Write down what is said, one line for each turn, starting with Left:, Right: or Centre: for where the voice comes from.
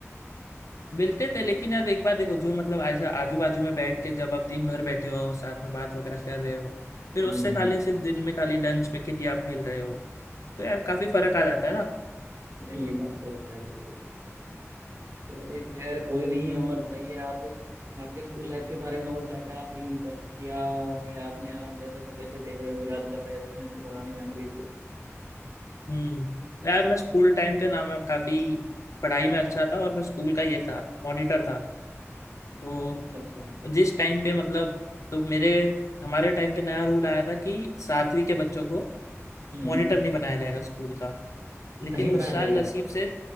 Left: मिलते थे लेकिन यार एक बार देखो जो मतलब ऐसा आजू बाजू में बैठ के जब आप दिन भर बैठे हो साथ में बात वगैरह कर रहे हो फिर
Right: हम्म
Left: उससे खाली
Right: हम्म।
Left: सिर्फ दिन में खाली लंच में कितनी आप मिल रहे हो तो यार काफी फर्क आ जाता है ना
Right: नहीं ये बात तो खैर बिल्कुल हकीकत है चलिए खैर कोई नहीं है और बताइए आप आपके स्कूल लाइफ के बारे में और क्या क्या फील कर किया है आपने आज जैसे सुबह से देख रहे हो याद कर रहे हो अपने पुरानी मेमोरीज को
Left: हम्म यार मैं स्कूल टाइम पे ना मैं काफी पढ़ाई में अच्छा था और मैं स्कूल का ये था मॉनिटर था तो
Right: अच्छा अच्छा
Left: जिस टाइम पे मतलब तो मेरे हमारे टाइम पे नया रूल आया था कि सातवीं के बच्चों को
Right: हम्म
Left: मॉनिटर नहीं बनाया जाएगा स्कूल का लेकिन
Right: नहीं बनाया
Left: उस साल
Right: जाएगा
Left: नसीब से